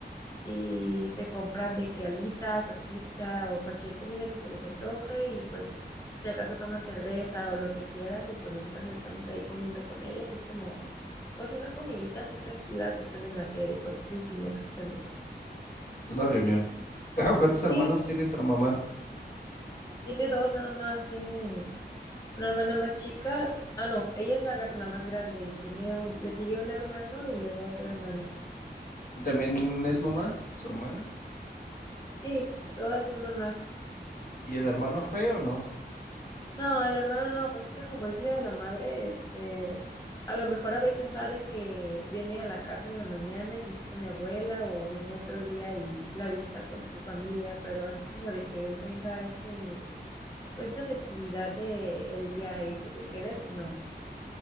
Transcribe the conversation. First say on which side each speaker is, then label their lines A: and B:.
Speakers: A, on the left; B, on the left.
A: y se compran de que alitas o pizza o cualquier comida que se les antoje y pues si acaso toman cerveza o lo que quieran y pues nosotras estamos ahí comiendo con ellas y es como pues una comidita así tranquila que suelen hacer y pues eso hicimos justamente.
B: es Una reunión. <clears throat> ¿Cuántos
A: Sí,
B: hermanos tiene tu mamá?
A: tiene dos nada más, tiene una hermana más chica, ah no, ella es la, gr- la más grande y tiene un, le sigue un hermano y luego otra hermana.
B: ¿Y también es mamá, su hermana?
A: Sí, todas son mamás.
B: ¿Y el hermano fue o no?
A: No, el hermano no, pues es que como es Día de la Madre, este, a lo mejor a veces va de que viene a la casa en la mañana y visita a mi abuela o viene otro día y la visita con su familia, pero así como de que él tenga ese, pues esa festividad de el día y que se quede, pues no.